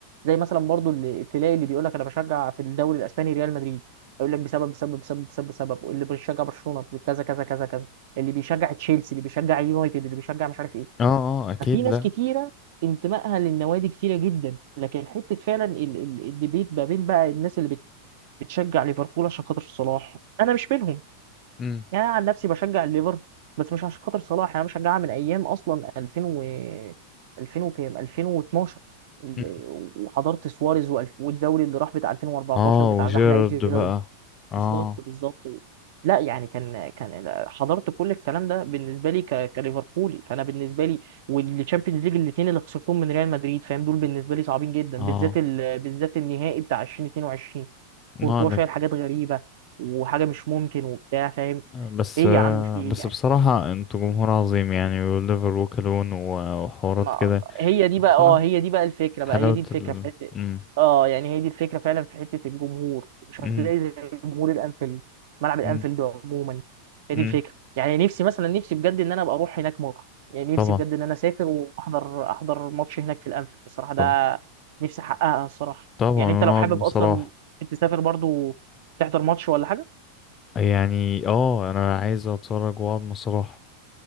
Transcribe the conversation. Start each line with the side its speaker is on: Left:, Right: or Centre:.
Right: زي مثلا برضو اللي تلاقي اللي بيقول لك انا بشجع في الدوري الاسباني ريال مدريد يقول لك بسبب بسبب بسبب بسبب بسبب واللي بيشجع برشلونه كذا كذا كذا كذا اللي بيشجع تشيلسي اللي بيشجع يونايتد اللي بيشجع مش عارف ايه
Left: اه اه اكيد
Right: ففي ناس
Left: لا
Right: كتيره انتمائها للنوادي كتيره جدا لكن حته فعلا ال- ال- الديبيت ما بين بقى الناس اللي بت- بتشجع ليفربول عشان خاطر صلاح انا مش منهم
Left: مم.
Right: يعني انا عن نفسي بشجع الليفر بس مش عشان خاطر صلاح يعني انا بشجعها من ايام اصلا 2000 و 2000 وكام 2012 ال-
Left: مم.
Right: وحضرت سواريز وال- والدوري اللي راح بتاع 2014
Left: اه
Right: بتاع
Left: وجيرارد
Right: زحلقه جيرارد
Left: بقى اه
Right: بالظبط بالظبط لا يعني كان كان حضرت كل الكلام ده بالنسبه لي ك- كليفربولي فانا بالنسبه لي والتشامبيونز ليج الاثنين اللي خسرتهم من ريال مدريد فاهم دول بالنسبه لي صعبين جدا
Left: اه
Right: بالذات ال... بالذات النهائي بتاع 2022 كورتوا
Left: ما لك
Right: شايل حاجات غريبه وحاجه مش ممكن وبتاع فاهم
Left: بس
Right: ايه
Left: آه
Right: يا عم في ايه
Left: بس
Right: يعني؟
Left: بصراحة انتوا جمهور عظيم يعني وليفر وكلون و- وحوارات
Right: ما
Left: كده
Right: هي دي بقى
Left: بصراحة
Right: اه هي دي بقى الفكره
Left: حلاوة
Right: بقى هي دي الفكره
Left: ال
Right: في حته
Left: مم.
Right: اه يعني هي دي الفكره فعلا في حته الجمهور مش
Left: مم.
Right: هتلاقي زي جمهور الانفيلد ملعب الانفيلد
Left: مم.
Right: عموما هي
Left: مم.
Right: دي الفكره يعني نفسي مثلا نفسي بجد ان انا ابقى اروح هناك مره يعني نفسي
Left: طبعا
Right: بجد ان انا اسافر واحضر احضر ماتش هناك في الانفيلد الصراحه ده
Left: طبعا
Right: نفسي احققها الصراحه
Left: طبعا
Right: يعني انت
Left: ونقعد
Right: لو حابب
Left: مع صلاح
Right: اصلا تسافر برضو تحضر ماتش ولا حاجه
Left: يعني اه انا عايز اتفرج واقعد مع صلاح